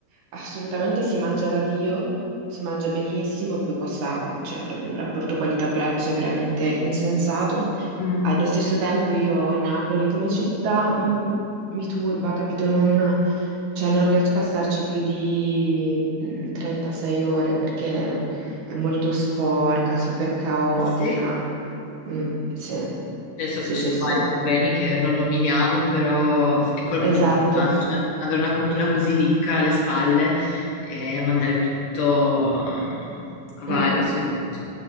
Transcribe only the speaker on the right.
assolutamente si mangia da Dio, si mangia benissimo, poi costa, cioè, il rapporto qualità-prezzo è veramente insensato.
Allo stesso tempo io Napoli come città mh, mi turba, capito? Non, cioè, non riesco a starci più di mh, 36 ore perché è molto sporca, super caotica.
Mm, sì,
sì,
sì,
sì,
esatto.
Mm,